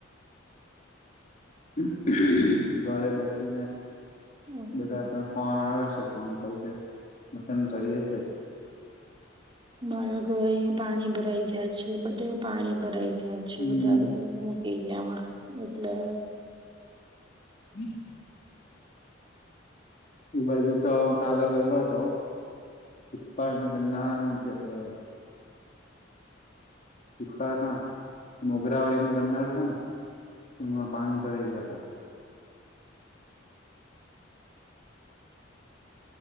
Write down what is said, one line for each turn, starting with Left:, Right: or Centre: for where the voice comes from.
Left: <unintelligible> ઘરે બેસીને
Right: ઓકે.
Left: બધા પણ ફોન આવે છે. ફોન કરી દે <unintelligible> કરીએે છે.
Right: મારા ઘર અહીએ પાણી ભરાઈ ગયા છે. બધે પાણી ભરાઈ ગયા છે.
Left: હમ
Right: બધે મૂકી ગયામાં એટલે
Left: <inaudible> એ બાજુ તો કાલે ગયેલો હતો. કૂતપાળ ના ગરનાળા નીચે અ <unintelligible> ના મોગરાવાડી નું ગરનાડું છે, ને એમાં પાણી ભરાઈ ગયાતા.